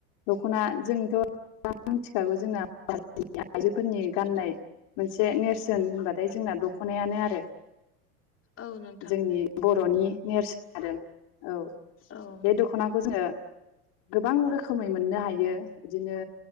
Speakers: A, on the left (about 55°); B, on the left (about 25°).
A: दखना जोंथ गोबाङानो मिथिखागौ जोंना आइजोफोरनि गाननाय मोनसे नेरसोन होनबाथाय जोंना दखनायानो आरो
B: औ नोंथां
A: जोंनि बर'नि नेरसोन आरो औ
B: औ
A: बे दख दखनाखौ जोङो गोबां रोखोमै मोननो हायो बिदिनो